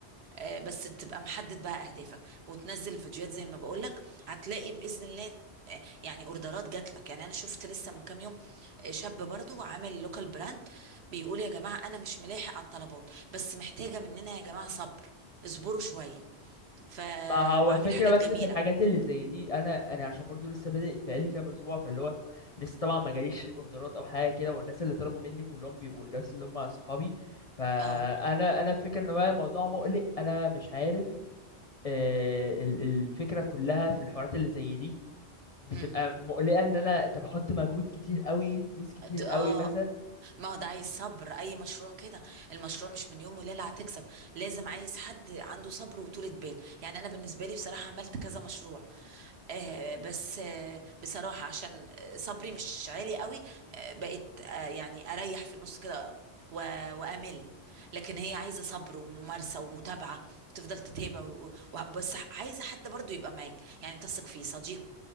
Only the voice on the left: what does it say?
ما هو
فكرة
بس
في الحاجات اللي زي دي انا انا عشان برضو لسه بادئ بقالي كام اسبوع فاللي هو لسه طبعا ما جاليش اوردرات او حاجه كده والناس اللي طلبوا مني كلهم بيبقوا الناس اللي هم اصحابي فانا
انا الفكره ان هو الموضوع مقلق انا مش عارف آه، ال- الفكره كلها في الحوارات اللي زي دي بتبقى
مقلقه ان انا طب احط مجهود كتير قوي فلوس كتير
قوي
مثلا